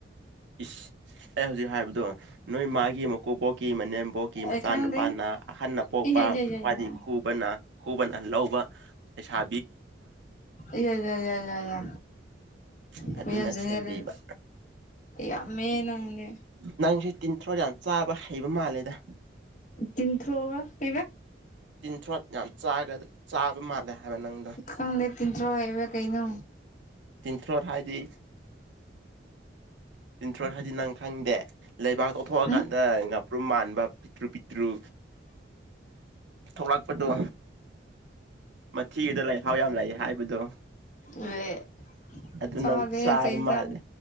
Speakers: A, on the right; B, on the left.
A: ꯏꯁ ꯑꯩ ꯍꯧꯖꯤꯛ ꯍꯥꯏꯕꯗꯣ ꯅꯣꯏ ꯃꯥꯒꯤ ꯃꯀꯨꯕꯣꯛꯀꯤ ꯃꯅꯦꯝ ꯕꯣꯛꯀꯤ
B: ꯑꯩ
A: ꯃꯆꯥꯅꯨꯄꯥꯅ
B: ꯈꯪꯗꯦ
A: ꯑꯍꯟꯅ ꯄꯣꯛꯄ
B: ꯏꯌꯥ ꯌꯥ ꯌꯥ
A: ꯈ꯭ꯋꯥꯏꯗꯤ
B: ꯌꯥ
A: ꯈꯨꯕꯅ ꯈꯨꯕꯅ ꯂꯧꯕ ꯄꯩꯁꯥ
B: ꯏꯌ ꯌ ꯌ ꯌ ꯌꯥ
A: ꯑꯗꯨꯅ
B: ꯈꯨꯌꯥꯟ ꯖꯦꯅꯦꯔꯦꯜ
A: ꯁꯦꯝꯕꯤꯕ
B: ꯌꯥꯝꯃꯦ ꯅꯪꯗꯤ
A: ꯅꯪꯁꯦ ꯇꯤꯟꯊ꯭ꯔꯣ ꯌꯥꯝ ꯆꯥꯕ ꯍꯩꯕ ꯃꯥꯜꯂꯦꯗ
B: ꯇꯤꯟꯊ꯭ꯔꯣ ꯑꯕ
A: ꯇꯤꯟꯊ꯭ꯔꯣꯠ ꯌꯥꯝ ꯆꯥꯒ ꯆꯥꯕ ꯃꯥꯜꯂꯦ ꯍꯥꯏꯕ ꯅꯪꯗꯣ
B: ꯈꯪꯗꯦ ꯇꯤꯟꯊ꯭ꯔꯣ ꯍꯥꯏꯕ ꯀꯩꯅꯣ
A: ꯇꯤꯟꯊ꯭ꯔꯣꯠ ꯍꯥꯏꯗꯤ ꯇꯤꯟꯊ꯭ꯔꯣ ꯍꯥꯏꯗꯤ ꯅꯪ ꯈꯪꯗꯦ ꯂꯩꯕꯥꯛ ꯀꫭꯊꯣꯛꯑꯀꯥꯟꯗ
B: ꯎꯝ
A: ꯉꯥꯄ꯭ꯔꯨꯝ ꯃꯥꯟꯕ ꯄꯤꯛꯇ꯭ꯔꯨ ꯄꯤꯛꯇ꯭ꯔꯨ ꯊꯣꯛꯂꯛꯄꯗꯣ ꯃꯊꯤꯒꯤꯗꯣ ꯂꯩꯍꯥꯎ ꯌꯥꯝ ꯂꯩꯌ‌ꯦ ꯍꯥꯏꯕꯗꯣ
B: ꯑ <unintelligible>
A: ꯑꯗꯨ
B: ꯆꯥꯔ‌ꯦ
A: ꯅꯪ ꯆꯥꯕ
B: ꯆꯩ ꯆꯥꯅꯤ
A: ꯃꯥꯜꯂꯦ